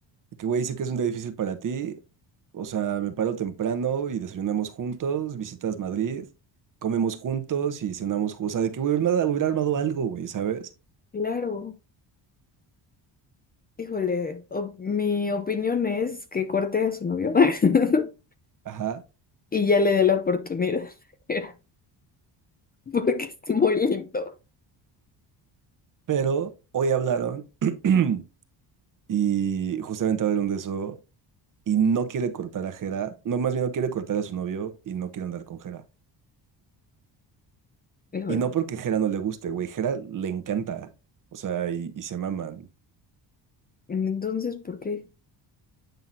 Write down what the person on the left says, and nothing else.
Claro. Híjole, o- mi opinión es que corte a su novio. <laughs>
y ya le dé la oportunidad, <laughs> porque es muy lindo.
Híjole.
Entonces, ¿por qué?